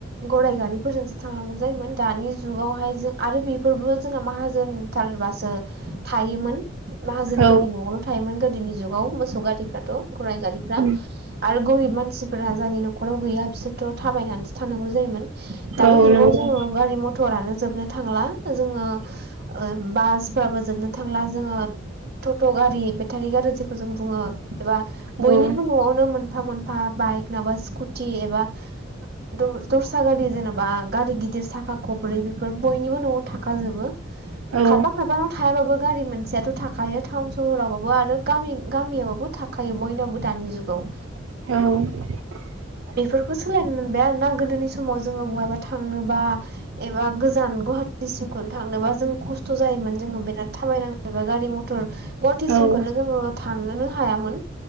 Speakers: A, on the right (about 55°); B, on the right (about 80°).
A: गराय गारिफोरजों थांनांगौ जायोमोन दानि जुगावहाय जों आरो बेफोरबो जोंना माहाजोनथारबासो थायोमोन माहाजोनफोरनि
B: औ
A: न'आवल' थायोमोन गोदोनि जुगाव मोसौ गारिफ्रा। त' गराय गारिफ्रा
B: उम
A: आरो गोरिब मानसि फोरा जायनि न'खराव गैया बिसोरथ' थाबायनानैसो थांनागौ जायोमोन। दानि
B: औ
A: जुगाव
B: नंगौ
A: जोङो गारि मथरानो जोबनो थांला जोङो ओ बासफोराबो जोबनो थांला जोङो टट' गारि बेटारि गारि जों जों बुङो एबा बयनिबो
B: औ
A: न'आवनो मोनफा मोनफा बाइक माबा स्कुटि एबा द दस्रा गारि जेनेबा गारि गिदिर साखा खबब्रै बेफोर बयनिबो न'आव थाखाजोबो
B: औ
A: खाफा खाफानाव थायाबाबो गारि मोनसेयाथ' थाखायो टाउन सहरावबाबो आरो गामि गामियावबो थाखायो बयनावबो दानि जुगाव
B: औ
A: बेफोरखौ सोलायनो मोनबाय आरोना गोदोनि समाव जोङो बहायबा थांनोबा एबा गोजान गहा टिसिमखौनो थांनोबा जों खस्थ' जायोमोन जोङो बिराद थाबायनाङो बा गारि मथर गवाटिसिमखौनो
B: उम
A: थांनोनो हायामोन